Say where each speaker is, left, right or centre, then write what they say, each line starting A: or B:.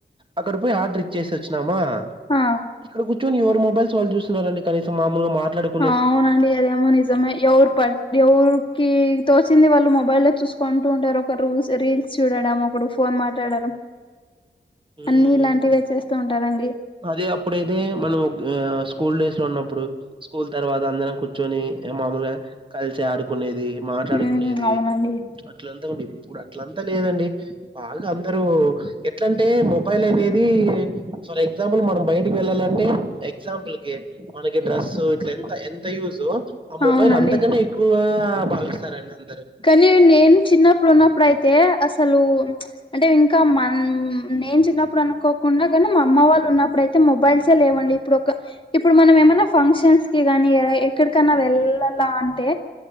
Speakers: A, on the right (about 25°); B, on the left (about 25°).
A: అక్కడ పోయి ఆర్డర్ ఇచ్ చేసోచ్చినామా
B: ఆ
A: ఇక్కడ కూచ్చోని ఎవరు మొబైల్స్ వాళ్ళు చూస్తున్నరండి కనీసం మామూలుగ మాట్లాడుక్
B: ఆవునండి అదేమో నిజమే ఎవర్ పట్టి ఎవరోకి తోసింది వాళ్ళు మొబైల్లో చూసుకుంటూ ఉంటారు ఒక రూల్స్ రీల్స్ చూడడం ఒకడు ఫోన్ మాట్లాడడం
A: హ్మ్
B: అన్ని ఇలాంటివే చేస్తూ ఉంటాడండి
A: అదే అప్పుడైతే మనం ఆ స్కూల్ డేస్ లో ఉన్నప్పుడు స్కూల్ తర్వాత అందరం కూర్చొని ఇగ మామూలుగా కల్సడుకునేది మాట్లాడుకునేది
B: హ్మ్. అవునండి
A: అట్లంత గుడ ఇప్పుడట్లంత లేదండి బాగా అందరూ ఎట్లాంటి టే మొబైల్ అనేది ఫర్ ఎగ్జాంపుల్ మనం బయటికి వెళ్ళాలంటే ఎగ్జాంపుల్ కి మనకి డ్రస్సు ఇట్ల ఎంత ఎంత యూజు ఆ మొబైల్
B: అవునండి
A: అంతకనే ఎక్కువ భావిస్తారండి అందరు
B: కానీ నేను చిన్నప్పుడు ఉన్నప్పుడు అయితే అసలు ప్చ్ అంటే ఇంకా మన్ ఊ నేను చిన్నప్పుడు అనుకోకుండా కానీ మా అమ్మ వాళ్ళు ఉన్నప్పుడయితే మొబైల్సే లేవండి ఇప్పుడు ఒక ఇప్పుడు మనం ఏమైనా ఫంక్షన్స్ కి గాని ఎక్కడికన్నా వెళ్ళాల అంటే